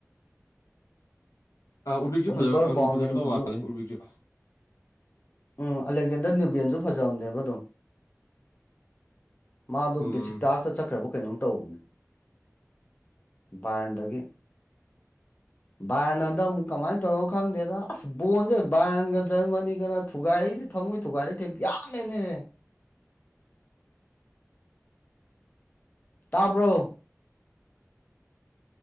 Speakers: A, on the left; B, on the left.
A: ꯑꯥ ꯎꯔꯕꯤꯛꯁꯨ
B: ꯑꯣꯂꯤꯚꯔ
A: ꯐꯖ ꯑꯗꯨꯝ
B: ꯕꯥꯎꯃꯦꯟꯗꯨꯁꯨ
A: ꯐꯖꯀꯗꯧ ꯃꯥꯜꯂꯦ ꯎꯔꯕꯤꯛꯁꯨ
B: ꯎꯝ ꯑꯂꯦꯛꯖꯦꯟꯗꯔ ꯅ꯭ꯌꯨꯕꯤꯟꯖꯨ ꯐꯖꯕꯅꯦꯕ ꯑꯗꯨꯝ ꯃꯗꯣ
A: ꯎꯝ
B: ꯕꯦꯁꯤꯇꯥꯖꯇ ꯆꯠꯈ꯭ꯔꯕ ꯀꯩꯅꯣꯝ ꯇꯧꯕꯅꯦ ꯕꯥꯔꯟꯗꯒꯤ ꯕꯥꯔꯅꯟꯗ ꯗꯛ ꯑꯃꯨꯛ ꯀꯃꯥꯏꯅ ꯇꯧꯗꯧ ꯈꯪꯗꯦꯗ ꯑꯁ ꯕꯣꯟꯖꯦ ꯕꯥꯔꯟꯒ ꯖꯔꯃꯅꯤꯒꯅ ꯊꯨꯒꯥꯔꯤꯖꯦ ꯊꯝꯃꯣꯏ ꯊꯨꯒꯥꯔꯤꯖꯦ ꯌꯥꯝꯃꯦꯅꯦ ꯇꯕ꯭ꯔꯣ